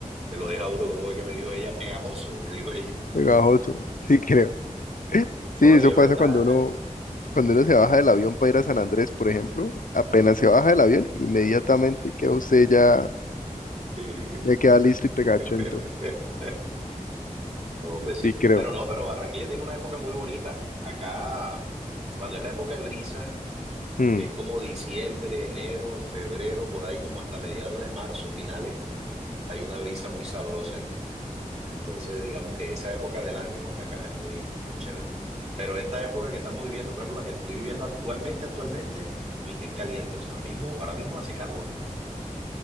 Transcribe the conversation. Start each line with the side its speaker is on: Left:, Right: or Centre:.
Right: que lo deja a uno, como que me dijo ella, pegajoso, me dijo
Left: pegajoso. <laughs> Sí, creo. Sí,
Right: Oye,
Left: eso
Right: es
Left: pasa
Right: verdad.
Left: cuando uno Cuando uno se baja del avión para ir a San Andrés, por ejemplo, apenas se baja del avión, inmediatamente queda usted ya,
Right: Eh,
Left: ya queda listo y pegachento.
Right: <laughs> Hombre, sí.
Left: Sí, creo.
Right: Pero no, pero Barranquilla tiene una época muy bonita. Acá, cuando es la época de brisa,
Left: Mm,
Right: que es como diciembre, enero, febrero, por ahí como hasta mediados de marzo, finales, hay una brisa muy sabrosa aquí. Entonces, digamos que esa época del año acá es muy, muy chévere. Pero esta época que estamos viviendo, por ejemplo, la que estoy viviendo actualmente, actualmente, mm, es caliente. O sea, ahora mismo, ahora mismo hace calor.